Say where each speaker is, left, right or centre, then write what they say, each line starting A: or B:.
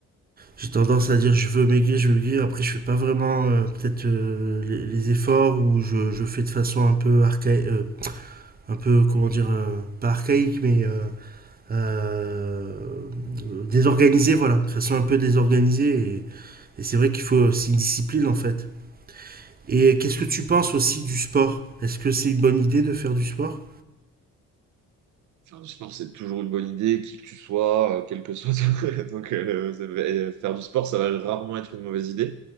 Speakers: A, on the right; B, on the right.
A: j'ai tendance à dire je veux maigrir, je veux maigrir, après je fais pas vraiment euh, peut-être euh, les, les efforts ou je, je fais de façon un peu archaïque, un peu, comment dire, euh, pas archaïque, mais euh, euh, désorganisée, voilà, de façon un peu désorganisée. Et, et c'est vrai qu'il faut aussi une discipline, en fait. Et qu'est-ce que tu penses aussi du sport Est-ce que c'est une bonne idée de faire du sport
B: Faire du sport, c'est toujours une bonne idée, qui que tu sois, euh, quel que soit. <laughs> Donc, euh, ça va- et euh, faire du sport, ça va rarement être une mauvaise idée.